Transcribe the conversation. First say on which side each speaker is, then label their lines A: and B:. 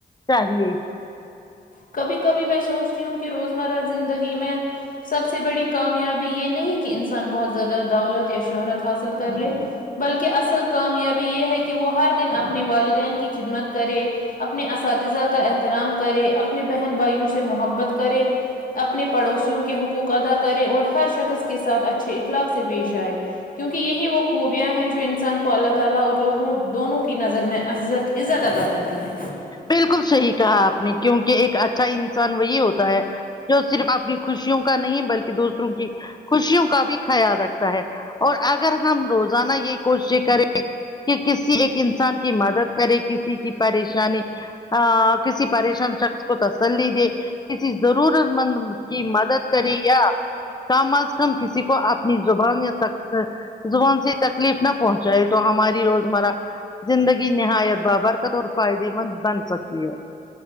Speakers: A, on the left (about 20°); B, on the left (about 45°).
A: چاہیے
B: کبھی کبھی میں سوچتی ہوں کی روزمرہ زندگی میں سب سے بڑی کامیابی یے نہیں کی انسان بہت زیادہ دولت یا شہرت حاصل کر لے بلکی اصل کامیابی یے ہے کی وہ ہر دن اپنے والدین کی خدمت کرے اپنے اساتذہ کا احترام کرے اپنے بہن بھائیوں سے محبت کرے اپنے پڑوسیوں کے حقوق ادا کرے اور ہر شخص کے ساتھ اچھے اخلاق سے پیش آئے کیونکی یہی وہ خوبیاں ہیں جو انسان کو اللہ تعالی اور لوگوں دونوں کی نظر میں عزت عزت ادا کرتی ہے
A: بالکل صحیح کہا آپ نے کیونکہ ایک اچھا انسان وہی ہوتا ہے جو صرف اپنی خوشیوں کا نہیں بلکی دوسروں کی خوشیوں کا بھی خیال رکھ تا ہے اور اگر ہم روزانہ یے کوششیں کریں کی کسی ایک انسان کی مدد کرے کسی کی پریشانی آ کسی پریشان شخص کو تسلی دے کسی ضرورت مند کی مدد کرے یا کام آس ہم کسی کو اپنی زبان یا زبان سے تکلیف نہ پہنچائے تو ہماری روز مراہ زندگی نہایت بابرکت اور فائدے مند بن سکتی ہے